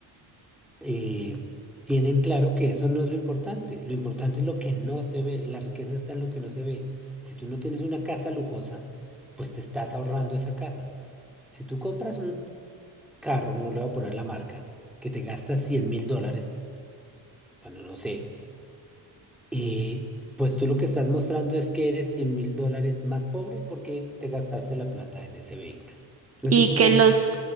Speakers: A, in the centre; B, on the right.
A: eh, tienen claro que eso no es lo importante. Lo importante es lo que no se ve. La riqueza está en lo que no se ve. Si tú no tienes una casa lujosa, pues te estás ahorrando esa casa. Si tú compras un carro, no le voy a poner la marca, que te gasta 100 mil dólares, bueno, no sé, y pues tú lo que estás mostrando es que eres 100 mil dólares más pobre porque te gastaste la plata en ese vehículo.
B: Y
A: Ese es un
B: que
A: buen
B: los,
A: tip,